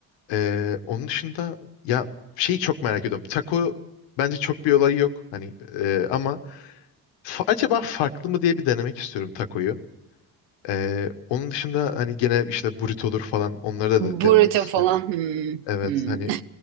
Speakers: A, on the left; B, on the right.
A: Ee, onun dışında ya şeyi çok merak ediyorum. Taco bence çok bir olayı yok. Hani e, ama fa- acaba farklı mı diye bir denemek istiyorum tacoyu. Ee, onun dışında hani gene işte burrito olur falan onları da, da
B: Burrito
A: denemek istiyorum.
B: falan. Hmm.
A: Evet
B: Hmm.
A: hani